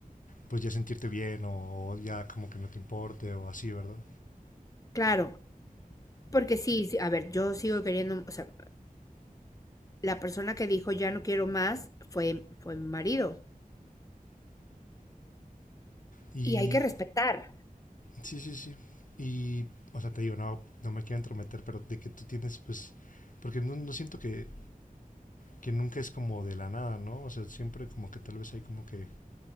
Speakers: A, on the left (about 60°); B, on the left (about 25°).
A: pues ya sentirte bien o, o ya como que no te importe o así, ¿verdad?
B: Claro, porque sí, sí, a ver, yo sigo queriendo, o sea, la persona que dijo ya no quiero más fue, fue mi marido.
A: Y
B: Y hay que respetar.
A: sí, sí, sí. Y, o sea, te digo, no, no me quiero entrometer, pero de que tú tienes, pues, porque no, no siento que, que nunca es como de la nada, ¿no? O sea, siempre como que tal vez hay como que